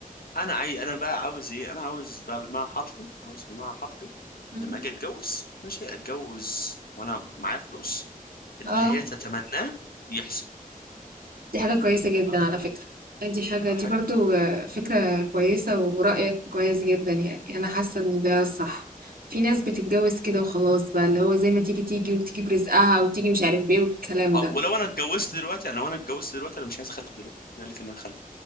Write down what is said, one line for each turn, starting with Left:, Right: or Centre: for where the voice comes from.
Left: انا عاي... انا بقى عاوز ايه انا عاوز بقى بالمعنى الحرفي عاوز بالمعنى الحرفي
Right: إمم،
Left: لما اجي اتجوز ماشي اتجوز وانا معايا فلوس اللي
Right: آه،
Left: هي تتمناه يحصل
Right: دي حاجة كويسة جدًا
Left: فقط
Right: على فكرة، دي حاجة دي
Left: حاجه
Right: برضه فكرة كويسة ورأيك كويس جدًا يعني، أنا حاسة إن ده الصح. في ناس بتتجوز كده وخلاص بقى، اللي هو زي ما تيجي، تيجي، وتيجي برزقها، وتيجي مش عارف بإيه والكلام
Left: أو
Right: ده،
Left: ولو انا اتجوزت دلوقتي انا لو انا اتجوزت دلوقتي انا مش عايز اخلف دلوقتي انا قلت انا هخلف